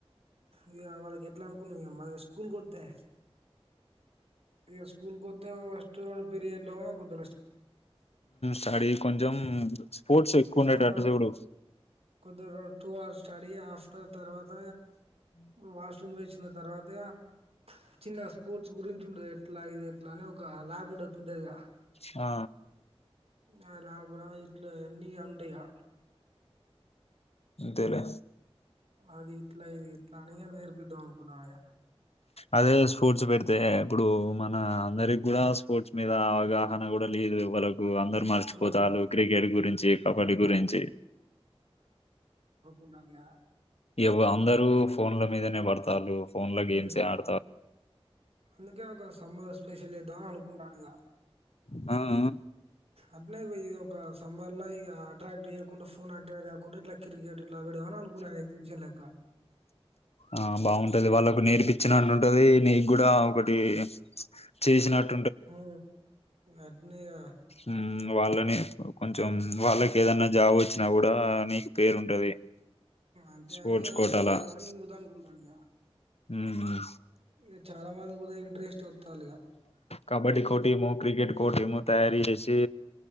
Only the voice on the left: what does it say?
సడీ కొంచెం స్పోర్ట్స్ ఎక్కువ ఉండేటట్టు
చూడు
ఆ ఆ
ఇంతేలే
అదే స్పోర్ట్స్ పెడితే ఇప్పుడు మన అందరికి కూడా స్పోర్ట్స్ మీద అవగాహన కూడా లేదు ఎవ్వల అందరు మర్చిపోతారు
క్రికెట్ గురి చి కపాటి గురించి
ఎవ అందరు ఫోన్ల మీదనే పడత చాలు ఫోన్ లో
గేమ్సై ఆడతా
మ్మ్ మ్మ్
ఆ బాగుంటది వాళ్ళకు నేర్పించినట్టు ఉంటది నీకు కూడా ఒకటి చేసినట
ఉమ్ వాళ్ళని కొంచెం వాళ్ళకి ఏదన్నా జాబ్ వచ్చినా కూడా నీకు పేరు ఉంటది
స్పోర్ట్స్
కోటలాస్
ఉమ్
కబడ్డీ కోర్ట్ ఏమో క్రికెట్ కోర్ట్ ఏమో తయారు చేసి